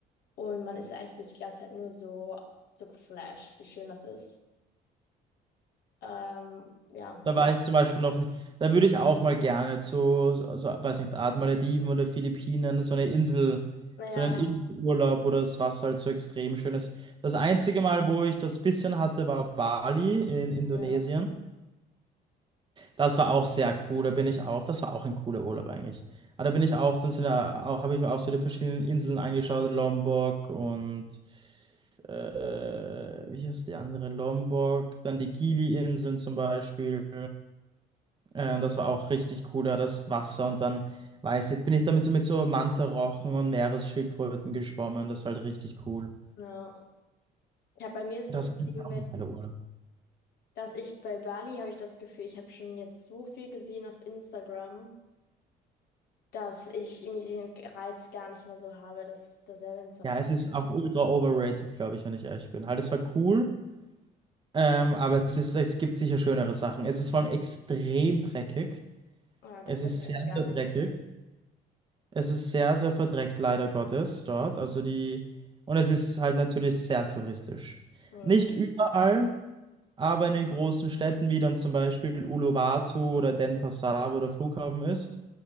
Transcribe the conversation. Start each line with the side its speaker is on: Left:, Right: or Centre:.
Left: und man ist eigentlich wirklich die ganze Zeit nur so, so geflasht, wie schön das ist. Ähm, ja,
Right: Da war ich zum Beispiel noch nicht. Da würde ich auch mal gerne zu, so, so, weiß nicht, Art Malediven oder Philippinen, so eine Insel,
Left: naja,
Right: so einen Inselurlaub, wo das Wasser halt so extrem schön ist. Das einzige Mal, wo ich das bisschen hatte, war auf Bali in Indonesien.
Left: ja,
Right: Das war auch sehr cool, da bin ich auch, das war auch ein cooler Urlaub eigentlich. Aber da bin ich auch, dann sind da auch, habe ich mir auch so die verschiedenen Inseln angeschaut, Lombok und äh, wie heißt die andere? Lombok, dann die Gili-Inseln zum Beispiel. Äh, das war auch richtig cool, da das Wasser und dann, weiß ich, jetzt bin ich damit so mit so Mantarochen und Meeresschildkröten geschwommen, das war halt richtig cool.
Left: ja. Ja, bei mir ist
Right: Das
Left: das
Right: ist eigentlich
Left: Ding
Right: auch
Left: mit
Right: ein geiler Urlaub.
Left: dass ich bei Bali habe ich das Gefühl, ich habe schon jetzt so viel gesehen auf Instagram, dass ich irgendwie den Reiz gar nicht mehr so habe, das da selber hinzureisen.
Right: Ja, es ist auch ultra overrated, glaube ich, wenn ich ehrlich bin. Halt, es war cool. Ähm, aber es ist, es gibt sicher schönere Sachen. Es ist vor allem extrem dreckig.
Left: Ja, das
Right: Es
Left: gefällt
Right: ist sehr,
Left: mir
Right: sehr
Left: gar
Right: dreckig.
Left: nicht.
Right: Es ist sehr, sehr verdreckt, leider Gottes, dort. Also die, und es ist halt natürlich sehr touristisch.
Left: Mhm.
Right: Nicht überall, aber in den großen Städten, wie dann zum Beispiel Uluwatu oder Denpasar, wo der Flughafen ist,